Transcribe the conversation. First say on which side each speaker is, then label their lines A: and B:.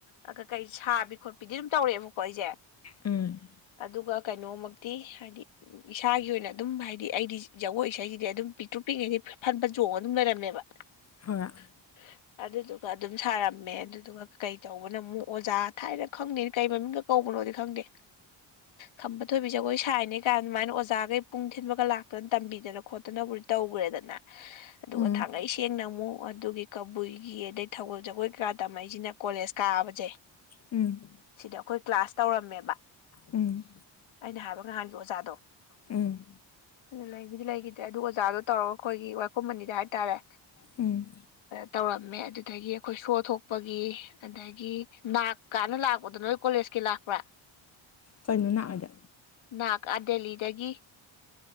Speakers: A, on the left; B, on the left.
A: ꯑ ꯀꯩ ꯁꯥꯕꯤ ꯈꯣꯠꯄꯤꯗꯤ ꯑꯗꯨꯝ ꯇꯧꯔꯛꯑꯦꯕꯀꯣ ꯑꯩꯁꯦ
B: ꯎꯝ
A: ꯑꯗꯨꯒ ꯀꯩꯅꯣꯃꯛꯇꯤ ꯍꯥꯏꯗꯤ ꯏꯁꯥꯒꯤ ꯑꯣꯏꯅ ꯑꯗꯨꯝ ꯍꯥꯏꯗꯤ ꯑꯩꯗꯤ ꯖꯒꯣꯏ ꯏꯁꯩꯁꯤꯗꯤ ꯑꯗꯨꯝ ꯄꯤꯛꯇ꯭ꯔꯨ ꯄꯤꯛꯉꯩꯗꯤ ꯐꯟ ꯐꯟ ꯆꯣꯡꯉ ꯑꯗꯨꯝ ꯂꯩꯔꯝꯃꯦꯕ
B: ꯍꯣ <unintelligible>
A: <unintelligible> ꯑꯗꯨꯗꯨꯒ ꯑꯗꯨꯝ ꯁꯥꯔꯝꯃꯦ ꯑꯗꯨꯗꯨꯒ ꯀꯩ ꯇꯧꯕꯅꯣ ꯑꯃꯨꯛ ꯑꯣꯖꯥ ꯊꯥꯏꯅ ꯈꯪꯗꯅ ꯀꯩ ꯃꯃꯤꯡ ꯀꯧꯕꯅꯣꯗꯤ ꯈꯪꯗꯦ ꯈꯝꯕ ꯊꯣꯏꯕꯤꯁꯦ ꯑꯩꯈꯣꯏ ꯁꯥꯏꯅꯤ ꯀꯥꯟ ꯑꯗꯨꯃꯥꯏꯅ ꯑꯣꯖꯥꯈꯩ ꯄꯨꯡ ꯊꯤꯟꯕꯒ ꯂꯥꯛꯇꯅ ꯇꯝꯕꯤꯗꯅ ꯈꯣꯠꯇꯅꯕꯨꯗꯤ ꯇꯧꯈ꯭ꯔꯦꯗꯅ ꯑꯗꯨꯒ
B: ꯎꯝ
A: ꯊꯥꯡꯉꯩ ꯁꯦꯡꯅ ꯑꯃꯨꯛ ꯑꯗꯨꯒꯤ ꯀꯕꯨꯏꯒꯤ ꯑꯗꯩ ꯊꯧꯒꯜ ꯖꯒꯣꯏ ꯀꯀꯥ ꯇꯝꯃꯛꯏꯁꯤꯅ ꯀꯣꯂꯦꯖ ꯀꯥꯕꯁꯦ
B: ꯎꯝ
A: ꯁꯤꯗ ꯑꯩꯈꯣꯏ ꯀ꯭ꯂꯥꯁ ꯇꯧꯔꯝꯃꯦꯕ
B: ꯎꯝ
A: ꯑꯩꯅ ꯍꯥꯏꯕ ꯅꯍꯥꯟꯒꯤ ꯑꯣꯖꯥꯗꯣ
B: ꯎꯝ
A: ꯂꯩꯕꯨꯗꯤ ꯂꯩꯈꯤꯗ꯭ꯔꯦ ꯑꯗꯨ ꯑꯣꯖꯥꯗꯣ ꯇꯧꯔꯒ ꯈꯣꯏꯒꯤ ꯋꯥꯏꯈꯣꯝ ꯃꯅꯤꯗ ꯍꯥꯏꯇꯥꯔꯦ
B: ꯎꯝ
A: ꯇꯧꯔꯝꯃꯦ ꯑꯗꯨꯗꯒꯤ ꯑꯩꯈꯣꯏ ꯁꯣ ꯊꯣꯛꯄꯒꯤ ꯑꯗ ꯑꯗꯒꯤ ꯅꯥꯛ ꯀꯥꯅ ꯂꯥꯛꯄꯗꯣ ꯅꯣꯏ ꯀꯣꯂꯦꯖꯀꯤ ꯂꯥꯛꯄ꯭ꯔꯥ
B: ꯀꯩꯅꯣ ꯅꯥꯛ ꯑꯗꯤ
A: ꯅꯥꯛ ꯑꯥ ꯗꯦꯂꯤꯗꯒꯤ